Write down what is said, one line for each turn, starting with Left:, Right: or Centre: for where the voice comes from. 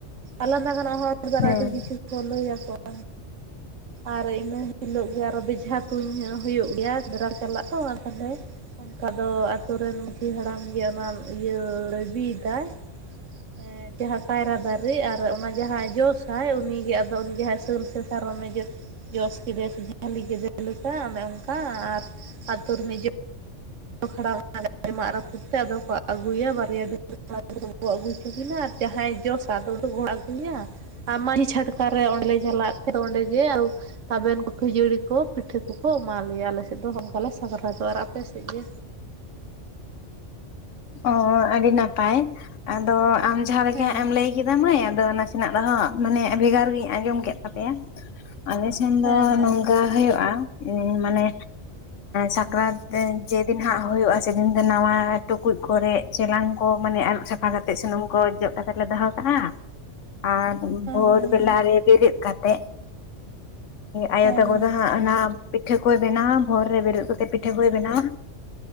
Right: ᱟᱞᱟᱫᱟ ᱜᱟᱱ ᱦᱚᱭ <inaudible> ᱵᱷᱮᱨᱟᱭᱴᱤ
Left: ᱦᱩᱸ
Right: ᱠᱤᱪᱷᱩ ᱠᱚ <inaudible> ᱞᱟᱹᱭᱟᱠᱚ <inaudible> ᱟᱨ ᱤᱱᱟᱹ <inaudible> ᱦᱤᱞᱳᱜ ᱜᱮ ᱟᱨ ᱵᱮᱡᱷᱟ ᱛᱩᱧ ᱦᱩᱭᱩᱜ ᱜᱮᱭᱟ <unintelligible> ᱪᱟᱞᱟᱜ ᱛᱚᱹ ᱛᱟᱦᱞᱮ᱾ ᱚᱱᱠᱟ ᱫᱚ ᱟᱛᱩᱨᱮᱱ ᱢᱟᱺᱡᱷᱤ ᱦᱟᱲᱟᱢ ᱜᱮ ᱚᱱᱟ ᱤᱭᱟᱹ ᱨᱮᱹᱭ ᱞᱟᱹᱫᱤᱛ ᱫᱟᱭ᱾ ᱦᱮᱸ ᱡᱟᱦᱟᱜᱻ ᱠᱟᱭᱨᱟ ᱟᱨ ᱡᱟᱦᱟᱸ ᱠᱟᱭᱨᱟ ᱫᱟᱨᱮ ᱟᱨ ᱚᱱᱟ, ᱡᱟᱦᱟᱸᱭ ᱡᱚᱥᱟᱭ ᱩᱱᱤᱜᱮ ᱟᱫᱚ ᱩᱱᱤ ᱜᱮ ᱡᱟᱦᱟᱸᱭ ᱥᱟᱹᱞ ᱥᱮ ᱥᱟᱨᱚᱢᱮ ᱡᱚᱥ ᱡᱚᱥ ᱠᱮᱫᱮ ᱥᱮ ᱡᱷᱟᱹᱞᱤ ᱠᱮᱫᱮ ᱞᱮᱠᱟ ᱚᱱᱮ ᱚᱱᱠᱟ ᱟᱨ ᱟᱹᱛᱩ. <unintelligible> <unintelligible> ᱢᱟᱜ ᱨᱟᱹᱯᱩᱫ ᱛᱮ <unintelligible> <unintelligible> ᱡᱟᱦᱟᱸᱭ ᱡᱚᱥᱟ ᱟᱫᱚ ᱩᱱᱤ. <unintelligible> ᱟᱨ ᱢᱟᱺᱡᱷᱤ ᱪᱷᱟᱴᱠᱟ ᱨᱮ ᱚᱸᱰᱮᱞ ᱞᱮ ᱪᱟᱞᱟᱜ ᱛᱟᱦᱮᱸ ᱚᱸᱰᱮᱜᱮ, ᱛᱟᱵᱮᱱ ᱠᱚ ᱠᱷᱟᱹᱡᱟᱹᱲᱤ ᱠᱚ ᱯᱤᱴᱷᱟᱹ ᱠᱚᱠᱚ ᱮᱢᱟ ᱞᱮᱭᱟ ᱟᱞᱮ ᱥᱮᱫ ᱫᱚ ᱚᱱᱠᱟ ᱞᱮ ᱥᱟᱠᱟᱨᱟᱛᱚᱜ-ᱟ ᱟᱨ ᱟᱯᱮ ᱥᱮᱫ ᱜᱮ?
Left: ᱚ ᱟᱹᱰᱤ ᱱᱟᱯᱟᱭ ᱟᱫᱚ ᱟᱢ ᱡᱟᱦᱟᱸ ᱞᱮᱠᱟ
Right: ᱦᱮᱸ
Left: ᱦᱟᱜ ᱮᱢ ᱞᱟᱹᱭ ᱠᱮᱫ ᱢᱟᱹᱭ ᱟᱫᱚ ᱱᱟᱥᱮᱱᱟᱜ ᱫᱚ ᱦᱟᱸ ᱢᱟᱱᱮ ᱵᱷᱮᱜᱟᱨ ᱜᱤᱧ ᱟᱸᱡᱚᱢ ᱠᱮᱫ ᱛᱟᱯᱮᱭᱟ ᱟᱞᱮ ᱢᱮᱱ
Right: ᱦᱮᱸ
Left: ᱫᱚ
Right: ᱦᱮᱸ
Left: ᱱᱚᱝᱠᱟ
Right: ᱦᱮᱸ
Left: ᱦᱳᱭᱳᱜ-ᱟ᱾ ᱢᱟᱱᱮ ᱥᱟᱠᱨᱟᱛ ᱡᱮᱫᱤᱱ ᱦᱟᱸᱜ ᱦᱳᱭᱳᱜᱼᱟ ᱥᱮᱫᱤᱱ ᱫᱚ ᱱᱟᱣᱟ, ᱴᱩᱠᱩᱡ ᱠᱚᱨᱮ ᱪᱮᱞᱟᱝ ᱠᱚ ᱢᱟᱱᱮ ᱟᱹᱨᱩᱵ ᱥᱟᱯᱷᱟ ᱠᱟᱛᱮᱫ ᱥᱩᱱᱩᱢ ᱠᱚ ᱡᱚᱜ ᱠᱟᱛᱮ ᱞᱮ ᱫᱚᱦᱚ ᱠᱟᱜᱼᱟ᱾ ᱟᱨ ᱵᱷᱳᱨ
Right: ᱦᱮᱸ
Left: ᱵᱮᱞᱟ ᱨᱮ ᱵᱮᱨᱤᱫ ᱠᱟᱛᱮᱫ᱾ ᱟᱭᱳ
Right: ᱦᱮᱸ
Left: ᱛᱟᱠᱚ
Right: ᱦᱮᱸ
Left: ᱦᱟᱸᱜ ᱚᱱᱟ ᱯᱤᱴᱷᱟᱹ ᱠᱚᱭ ᱵᱮᱱᱟᱣᱟ ᱵᱷᱳᱨ ᱨᱮ ᱵᱮᱨᱮᱫ ᱠᱟᱛᱮᱫ ᱯᱤᱴᱷᱟᱹ ᱠᱚᱭ ᱵᱮᱱᱟᱣᱟ᱾